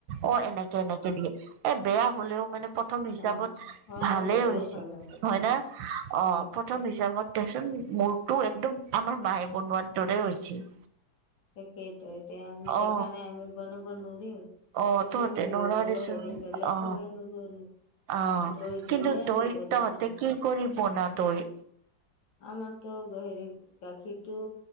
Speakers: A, on the right; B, on the left.
A: অ এনেকে এনেকে দিয়ে। এ বেয়া হ'লেও মানে প্ৰথম হিচাপত
B: অ',
A: ভালেই
B: সৰহ হ'লেও
A: হৈছি
B: ভাল
A: হয়
B: উম।
A: না? অ
B: উম,
A: প্ৰ প্ৰথম হিচাপত দেচোন মোৰটো একদম আমাৰ মায়ে বনোৱাৰ দৰে হৈছিল।
B: সেইটোৱেটো এতিয়া আমি দেখা
A: অ
B: নাই আমি বনাবা নৰিম।
A: অ
B: এইটো
A: তহঁতে
B: আমি দৈয়ৰ
A: নৰা দেচোন
B: বাহিৰে বেলেগ
A: অ
B: খাবই নৰু আৰু।
A: অ
B: দৈ দৈয়ে
A: কিন্তু দৈ
B: আৰু বেলেগ
A: তহঁতে
B: নহয়।
A: কি কৰি বনা দৈ।
B: আমাৰতো হেৰি গাখীৰটো